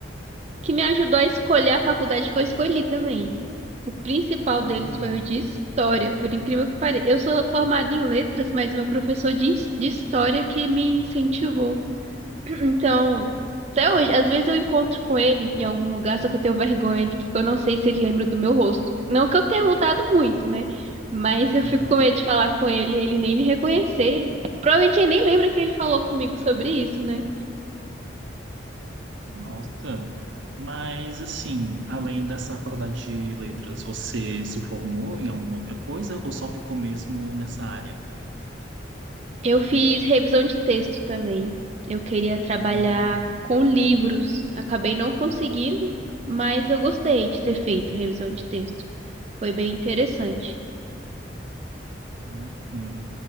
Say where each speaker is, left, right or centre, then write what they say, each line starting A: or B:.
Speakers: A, on the right; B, on the right.
A: que me ajudou a escolher a faculdade que eu escolhi também. O principal
B: Hum,
A: deles foi o de história, por incrível que pareça. Eu sou formada em letras, mas meu professor de, his- de história que me incentivou. <clears throat> Então, até hoje, às vezes eu encontro com ele em algum lugar, só que eu tenho vergonha, de- porque eu não sei se ele lembra do meu rosto. Não que eu tenha mudado muito, né? Mas eu
B: aham.
A: fico com medo de falar com ele e ele nem me reconhecer. Provavelmente ele nem lembra que ele falou comigo sobre isso, né?
B: Nossa. Mas, assim, além dessa faculdade de letras, você se formou em alguma outra coisa ou só ficou mesmo nessa área?
A: Eu fiz revisão de texto também. Eu queria trabalhar
B: Hum,
A: com livros. Acabei não conseguindo, mas eu gostei de ter feito revisão de texto. Foi bem interessante.
B: ah, sim.